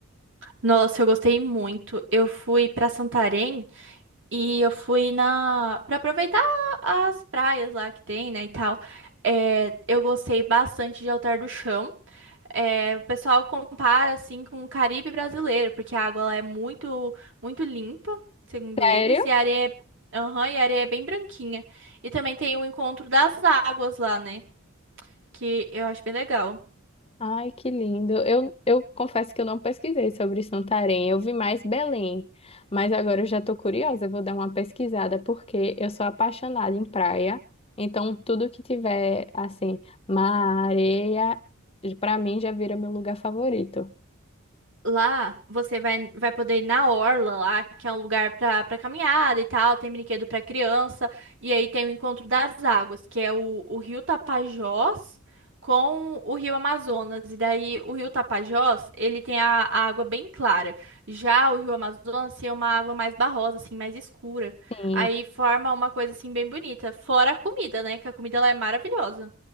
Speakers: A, on the right (about 60°); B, on the left (about 25°).
A: Nossa, eu gostei muito. Eu fui pra Santarém e eu fui na para aproveitar as praias lá que tem, né, e tal. É, eu gostei bastante de Altar do Chão. É, o pessoal compara assim com o Caribe brasileiro, porque a água lá é muito muito limpa, segundo
B: Sério?
A: eles, e a areia é, aham, e a areia é bem branquinha. E também tem o encontro das águas lá, né, que eu acho bem legal.
B: Ai, que lindo. Eu, eu confesso que eu não pesquisei sobre Santarém. Eu vi mais Belém, mas agora eu já estou curiosa. Eu vou dar uma pesquisada porque eu sou apaixonada em praia. Então, tudo que tiver assim, mar, areia, para mim já vira meu lugar favorito.
A: Lá você vai, vai poder ir na orla lá, que é um lugar para para caminhada e tal, tem brinquedo para criança, e aí tem o encontro das águas, que é o, o Rio Tapajós com o Rio Amazonas. E daí o Rio Tapajós, ele tem a, a água bem clara. Já o Rio Amazonas tem uma água mais barrosa, assim, mais escura.
B: Sim.
A: Aí forma uma coisa assim bem bonita, fora a comida, né? Que a comida lá é maravilhosa.